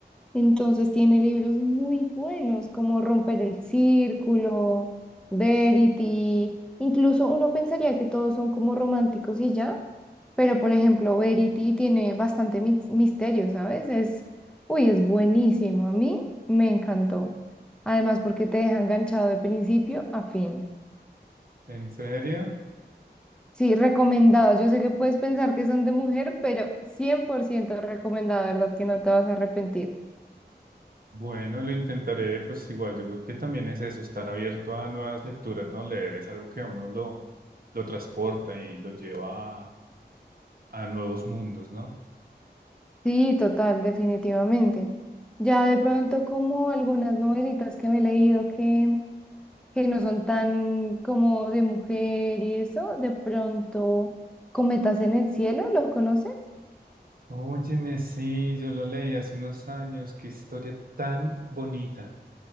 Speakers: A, in the centre; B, on the right.
A: Entonces tiene libros muy buenos como Romper el Círculo, Verity. Incluso uno pensaría que todos son como románticos y ya, pero por ejemplo, Verity tiene bastante mis- misterio, ¿sabes? Es, uy, es buenísimo. A mí me encantó. Además, porque te deja enganchado de principio a fin.
B: ¿En serio?
A: Sí, recomendado. Yo sé que puedes pensar que son de mujer, pero 100% recomendado, ¿verdad? Que no te vas a arrepentir.
B: Bueno, lo intentaré, pues igual, yo creo que también es eso, estar abierto a nuevas lecturas, ¿no? Leer es algo que a uno lo, lo transporta y lo lleva a, a nuevos mundos, ¿no?
A: Sí, total, definitivamente. Ya de pronto como algunas novelitas que me he leído que, que no son tan como de mujer y eso, de pronto Cometas en el cielo, ¿lo conoces?
B: Óyeme, sí, yo lo leí hace unos años, qué historia tan bonita.